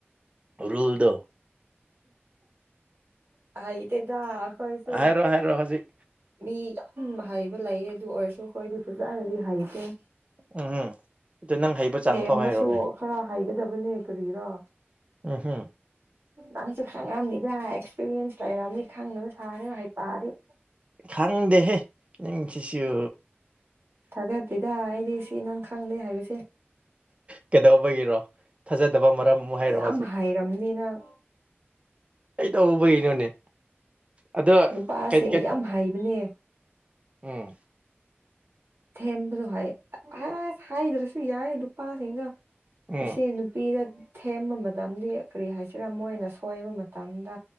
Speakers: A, on the right (about 30°); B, on the right (about 60°).
A: ꯔꯨꯜꯗꯣ
B: ꯍꯩꯇꯦꯗ ꯑꯩꯈꯣꯏꯁꯨ
A: ꯍꯥꯏꯔꯣ ꯍꯥꯏꯔꯣ ꯍꯧꯖꯤꯛ
B: ꯃꯤ ꯌꯥꯝ ꯍꯩꯕ ꯂꯩꯌꯦ ꯑꯗꯨ ꯑꯣꯏꯔꯁꯨ ꯑꯩꯈꯣꯏꯗꯤ ꯐꯖꯅꯗꯤ ꯍꯩꯇꯦ
A: ꯎꯝꯍꯝ ꯑꯗꯨ ꯅꯪ ꯍꯩꯕ ꯆꯥꯡ
B: ꯊꯦꯝꯕꯁꯨ
A: ꯐꯥꯎ ꯍꯥꯏꯔꯣꯅꯦ
B: ꯈꯔ ꯍꯥꯏꯒꯗꯕꯅꯦ ꯀꯔꯤꯔꯥ
A: ꯎꯝꯍꯝ
B: ꯅꯪꯁꯨ ꯈꯪꯉꯝꯅꯤꯗ ꯑꯦꯛꯁꯄꯤꯔꯤꯌꯦꯟꯁ ꯂꯩꯔꯝꯅꯤ ꯈꯪꯗꯕ ꯁꯥꯔꯅꯨ ꯍꯩꯄꯥꯗꯤ
A: ꯈꯪꯗꯦꯍꯦ ꯅꯪ ꯆꯤꯁꯨ
B: ꯊꯥꯒꯠꯇꯦꯗ ꯑꯩꯗꯤ ꯁꯤ ꯅꯪ ꯈꯪꯗꯦ ꯍꯥꯏꯕꯁꯦ
A: ꯀꯩꯗꯧꯕꯒꯤꯔꯣ ꯊꯥꯖꯗꯕ ꯃꯔꯝ ꯑꯃꯨꯛ ꯍꯥꯏꯔꯣ
B: ꯌꯥꯝ
A: ꯍꯧꯖꯤꯛ
B: ꯍꯩꯔꯝꯅꯤ ꯅꯪ
A: ꯑꯩ ꯇꯧꯕꯩꯅꯣꯅꯦ ꯑꯗꯣ
B: ꯅꯨꯄꯥꯁꯤꯡ
A: ꯀꯩꯠ ꯀꯦꯠ
B: ꯌꯥꯝ ꯍꯩꯕꯅꯦ
A: ꯎꯝ
B: ꯊꯦꯝꯕꯁꯨ ꯍꯩ ꯍꯥꯏ ꯑꯁ ꯍꯥꯏꯗ꯭ꯔꯁꯨ ꯌꯥꯏ ꯅꯨꯄꯥꯁꯤꯡꯗꯣ
A: ꯎꯝ
B: ꯉꯁꯤ ꯅꯨꯄꯤꯗ ꯊꯦꯝꯕ ꯃꯇꯝꯗꯤ ꯀꯔꯤ ꯍꯥꯏꯁꯤꯔꯥ ꯃꯣꯏꯅ ꯁꯣꯏꯕ ꯃꯇꯝꯗ